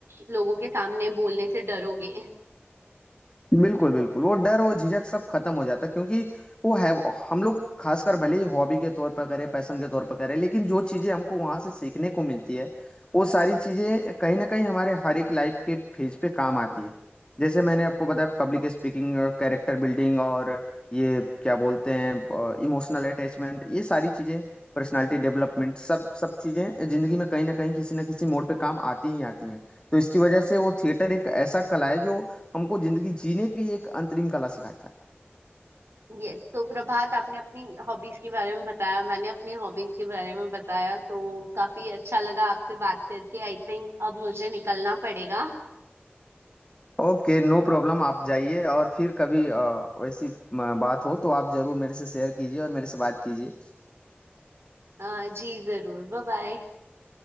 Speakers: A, on the right; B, on the left.
A: लोगों के सामने बोलने से डरोगे
B: बिल्कुल, बिल्कुल। वो डर, वो झिझक सब खत्म हो जाता है क्योंकि वो है वो हम लोग खासकर भले ही हॉबी के तौर पर करें, पैशन के तौर पर करें, लेकिन जो चीज़ें हमको वहाँ से सीखने को मिलती है, वो सारी चीज़ें कहीं न कहीं हमारे हर एक लाइफ के फेज पे काम आती है। जैसे मैंने आपको बताया पब्लिक स्पीकिंग, कैरेक्टर बिल्डिंग और ये क्या बोलते हैं ब इमोशनल अटैचमेंट ये सारी चीज़ें, पर्सनैलिटी डेवलपमेंट सब सब चीज़ें ज़िंदगी में कहीं न कहीं किसी न किसी मोड़ पे काम आती ही आती हैं। तो इसकी वजह से वो थिएटर एक ऐसा कला है जो हमको जिंदगी जीने की एक अंतरिम कला सिखाता
A: यस तो प्रभात आपने अपनी हॉबीज के बारे में बताया मैंने अपनी हॉबीज के बारे में बताया तो काफी अच्छा लगा आपसे बात करके आई थिंक अब मुझे निकलना पड़ेगा
B: है ओके नो प्रॉब्लम आप जाइए और फिर कभी अ, वैसी अ, बात हो तो आप जरूर मेरे से शेयर कीजिए और मेरे से बात कीजिए
A: अ, जी जरूर बाय बाय